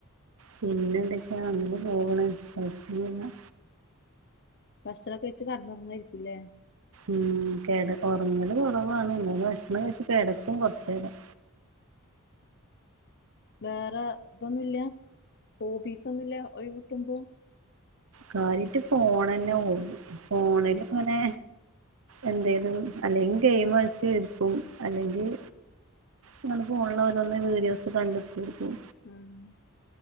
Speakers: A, on the right; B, on the left.
A: പിന്നെ എന്തൊക്കെയാ അങ്ങനെ പോണ് കുഴപൊന്നുല്ല
B: ഭക്ഷണക്കെ കഴിച് കടന്നുറങ്ങാായിരിക്കൂല്ലേ
A: ഉം കെട ഉറങ്ങലും കുറവാണ് ഇന്നെ ഭക്ഷണം കഴച്ച് കിടക്കും കുറച്ചേരം
B: വേറെ ഇതൊന്നുമില്ല ഹോബീസ് ഒന്നുമില്ല ഒഴിവ് കിട്ടുമ്പോ
A: കാര്യായിട്ട് ഫോൺ തന്നെ ഹോബി ഫോണില് അങ്ങനെ എന്തെലും അല്ലെങ്കിൽ ഗെയിം കളിച്ച് ഇരിക്കും അല്ലെങ്കിൽ ഇങ്ങനെ ഫോണില് ഓരോന്ന് വീഡിയോസ് കണ്ട്ടിരിക്കും
B: ആഹ്